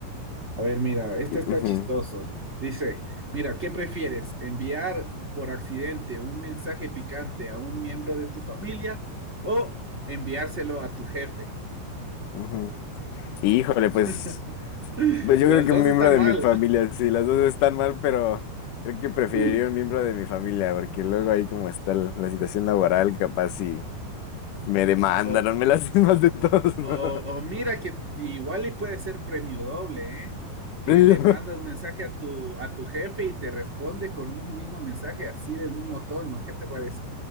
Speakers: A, on the right; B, on the left.
A: A ver, mira, este está
B: Ujú,
A: chistoso. Dice, mira, ¿qué prefieres? ¿Enviar por accidente un mensaje picante a un miembro de tu familia o enviárselo a tu jefe?
B: ujú. Híjole, pues,
A: <laughs>
B: pues yo
A: Las
B: creo que
A: dos
B: un miembro
A: están
B: de
A: mal.
B: mi familia, sí, las dos están mal, pero creo que preferiría
A: <laughs>
B: un miembro de mi familia, porque luego ahí como está la, la situación laboral, capaz y me demandan,
A: O,
B: o me las hacen más de todos, ¿no?
A: o- o mira que igual y puede ser premio doble, ¿eh? Que
B: <laughs> Premio.
A: le mandas mensaje a tu, a tu jefe y te responde con un mismo mensaje así del mismo tono. ¿Qué te parece?